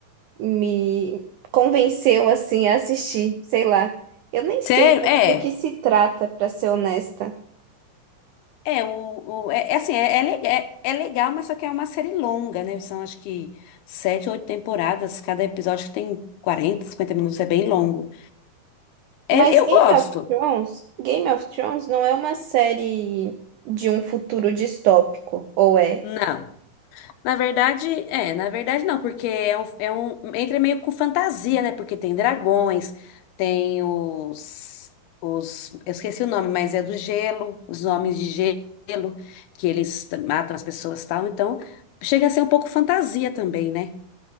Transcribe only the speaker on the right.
me convenceu assim a assistir, sei lá. Eu nem
sei muito
do que se trata, pra ser honesta.
Mas
Game
of Thrones, Game of Thrones não é uma série de um futuro distópico, ou é?